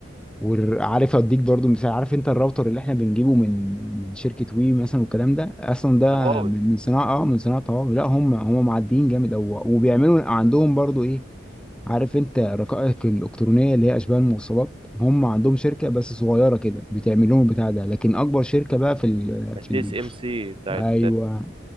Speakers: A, in the centre; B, on the right.
A: وعارف اديك برضه مثال عارف انت الراوتر اللي احنا بنجيبه من من شركه وي مثلا والكلام ده اصلا ده
B: هواوي
A: من من صناعه اه من صناعه هواوي لا هم هم معديين جامد او وبيعملوا عندهم برضه ايه عارف انت الرقائق الالكترونيه اللي هي اشباه الموصلات هم عندهم شركه بس صغيره كده بتعمل لهم البتاع ده لكن اكبر شركه بقى في ال
B: التي
A: في ال
B: اس ام سي بتاعت
A: ايوه